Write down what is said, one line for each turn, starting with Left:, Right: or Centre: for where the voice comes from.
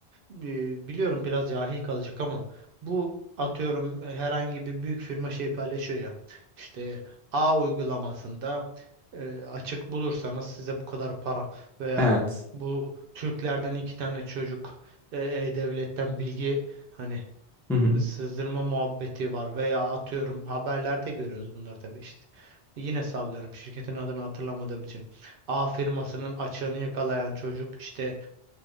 Right: e, biliyorum biraz cahil kalacak ama bu atıyorum herhangi bir büyük firma şey paylaşıyor ya işte A uygulamasında e, açık bulursanız size bu kadar para veya
Centre: Evet.
Right: bu Türklerden iki tane çocuk e, e-devletten bilgi hani
Centre: Hı hı.
Right: sızdırma muhabbeti var veya atıyorum haberlerde görüyoruz bunları tabii işte. Yine sallıyorum şirketin adını hatırlamadığım için. A firmasının açığını yakalayan çocuk işte